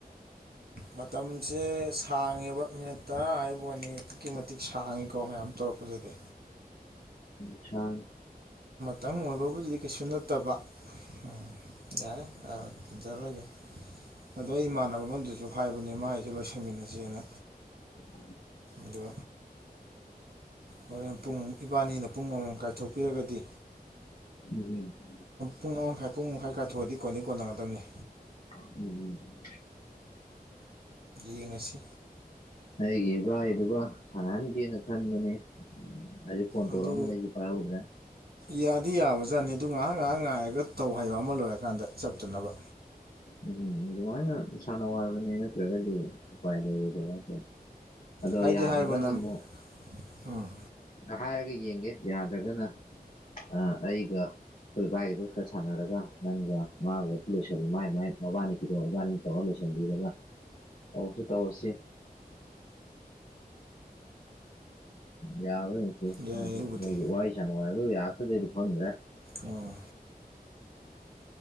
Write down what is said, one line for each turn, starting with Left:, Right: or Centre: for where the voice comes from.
Right: ꯃꯇꯝꯁꯦ ꯁꯥꯡꯉꯦꯕ ꯃꯤꯅꯠ ꯇꯔꯥ ꯍꯥꯏꯐꯥꯎꯅꯤ ꯑꯗꯨꯛꯀꯤ ꯃꯇꯤꯛ ꯁꯥꯡꯉꯤꯀꯣ ꯃꯌꯥꯝ ꯇꯧꯔꯛꯄꯁꯤꯗꯤ
Left: ꯑꯆ
Right: ꯇꯪ ꯑꯣꯏꯕꯕꯨꯗꯤ ꯀꯩꯁꯨ ꯅꯠꯇꯕ ꯎꯝ ꯌꯥꯔꯦ ꯊꯝꯖ ꯍꯜꯂꯔ‌ꯣꯏꯒꯦ ꯑꯗꯣ ꯑꯩ ꯏꯃꯥꯟꯅꯕ ꯑꯃꯗꯨꯁꯨ ꯍꯥꯏꯕꯅꯤ ꯃꯥꯏꯁꯨ ꯂꯣꯏꯁꯟꯃꯤꯟꯅꯁꯦꯅ
Left: <unintelligible>
Right: ꯑꯗꯨ ꯍꯣꯔꯦꯟ ꯄꯨꯡ ꯏꯕꯥꯅꯤꯅ ꯄꯨꯡ ꯑꯃꯃꯝ ꯀꯥꯏꯊꯣꯛꯄꯤꯔꯒꯗꯤ
Left: <inaudible>
Right: ꯄꯨꯡ ꯑꯃ ꯃꯈꯥꯏ ꯄꯨꯡ ꯑꯃꯈꯥꯏ ꯀꯥꯏꯊꯣꯛꯑꯗꯤ ꯀꯣꯟꯗꯤ ꯀꯣꯟꯅꯒꯗꯕꯅ‌ꯦ
Left: ꯎꯝ ꯎꯝ
Right: ꯌꯦꯡꯉꯁꯤ
Left: ꯑꯩꯒꯤ ꯏꯕꯥꯏꯗꯨꯒ ꯁꯥꯟꯅꯍꯟꯒꯦꯅ ꯈꯟꯕꯅꯤ ꯍꯧꯖꯤꯛ ꯐꯣꯟ ꯇꯧꯛꯑꯝꯕꯅꯦ
Right: ꯑꯗꯨ
Left: ꯑꯩꯖꯨ ꯄꯥꯏꯍꯧꯗ꯭ꯔꯦ
Right: ꯌꯥꯗꯤ ꯌꯥꯕꯖꯥꯠꯅꯤ ꯑꯗꯨ ꯉꯥꯏꯍꯥꯛ ꯉꯥꯏꯍꯥꯛ ꯉꯥꯏꯔꯒ ꯇꯧ ꯍꯥꯏꯌꯣ ꯑꯃ ꯂꯣꯏꯔꯀꯥꯟꯗ ꯆꯞꯇꯅꯕ
Left: ꯎꯝ ꯑꯗꯨꯃꯥꯏꯅ ꯁꯥꯟꯅꯧ ꯍꯥꯏꯕꯅꯦ ꯅꯠꯇ꯭ꯔꯒꯗꯤ ꯎꯄꯥꯏ ꯂꯩꯔ‌ꯣꯏꯗꯕ ꯍꯥꯏꯇꯥ ꯑꯗꯣ
Right: ꯍꯥꯏꯗꯤ
Left: ꯌꯥꯗ꯭ꯔꯒꯅ
Right: ꯍꯥꯏꯒꯣ ꯅꯪ
Left: ꯑꯃꯨꯛ
Right: ꯎꯝ
Left: <inaudible> ꯍꯥꯏꯔꯒ ꯌꯦꯡꯒꯦ ꯌꯥꯗ꯭ꯔꯒꯅ ꯑ ꯑꯩꯒ ꯈꯣꯏ ꯏꯚꯥꯏꯗꯨꯁꯨ ꯈꯔ ꯁꯥꯟꯅꯔꯒ ꯅꯪꯒ ꯃꯥꯒ ꯂꯣꯏꯁꯜꯂꯡ ꯃꯥꯏ ꯃꯥꯏ ꯃꯕꯥꯅꯤꯒꯤꯗꯣ ꯃꯕꯥꯅꯤ ꯇꯧꯔ ꯂꯣꯏꯁꯤꯟꯕꯤꯔꯒ ꯇꯧꯔꯁꯨ ꯇꯧꯔꯁꯤ ꯌꯥꯕ꯭ꯔ ꯌ‌ꯦꯡꯁꯤ
Right: ꯌꯥꯏ ꯑꯗꯨꯕꯨꯗꯤ
Left: ꯃ‌ꯣꯏꯁꯨ ꯋꯥꯔꯤ ꯁꯟꯅꯧ ꯍꯥꯏꯗ‌ꯣ ꯌꯥꯔꯛꯇ꯭ꯔꯗꯤ ꯑꯩꯁꯨ ꯈꯪꯗ꯭ꯔ‌ꯦ
Right: ꯑꯥ